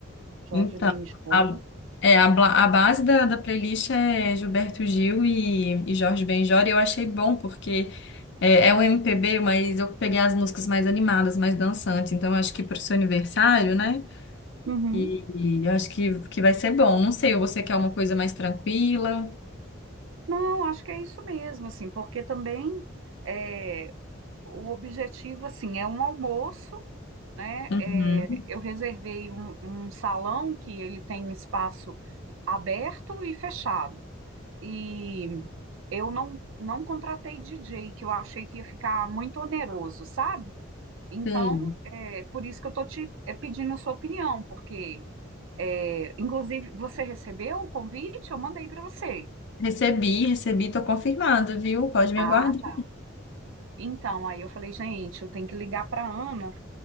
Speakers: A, on the right; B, on the left.
A: Jorge
B: Então,
A: Benjol.
B: a, é, a, bla- a base da, da playlist é Gilberto Gil e, e Jorge Benjor, e eu achei bom, porque é, é um MPB, mas eu peguei as músicas mais animadas, mais dançantes, então eu acho que para o seu aniversário, né?
A: Uhum.
B: E, e eu acho que, que vai ser bom. Não sei, você quer uma coisa mais tranquila?
A: Não, acho que é isso mesmo, assim, porque também é, o objetivo, assim, é um almoço, né?
B: Uhum,
A: É, eu reservei um, um salão que ele tem espaço aberto e fechado. E eu não, não contratei DJ, que eu achei que ia ficar muito oneroso, sabe? Então,
B: sei.
A: é por isso que eu tô te é, pedindo a sua opinião, porque, é, inclusive, você recebeu o convite? Eu mandei para você.
B: Recebi, recebi, tô confirmada, viu? Pode me
A: Ah,
B: aguardar.
A: tá. Então, aí eu falei, gente, eu tenho que ligar para Ana